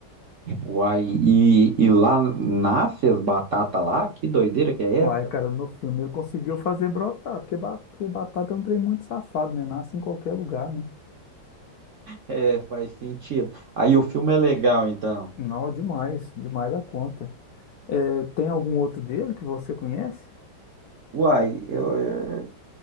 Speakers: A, on the right; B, on the left.
A: uai, e, e lá nasce as batatas lá, que doideira que é
B: uai,
A: essa?
B: cara, no filme ele conseguiu fazer brotar, porque, ba- porque batata é um trem muito safado, né? Nasce em qualquer lugar, né?
A: É, faz sentido. Aí o filme é legal, então.
B: Não, demais, demais da conta. É, tem algum outro dele que você conhece?
A: Uai, eu, eh,